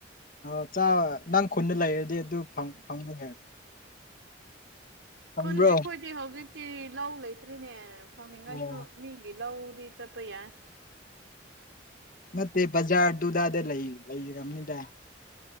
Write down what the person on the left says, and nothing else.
ꯑꯥ ꯆꯥꯕ ꯅꯪ ꯈꯨꯟꯅ ꯂꯩꯔꯗꯤ ꯑꯗꯨ ꯐꯪ <unintelligible> ꯐꯪꯕ꯭ꯔꯣ
ꯑꯣ
ꯅꯠꯇꯦ ꯕꯖꯥꯔ ꯗꯨꯗꯥꯗ ꯂꯩꯔꯝꯅꯤꯗ꯫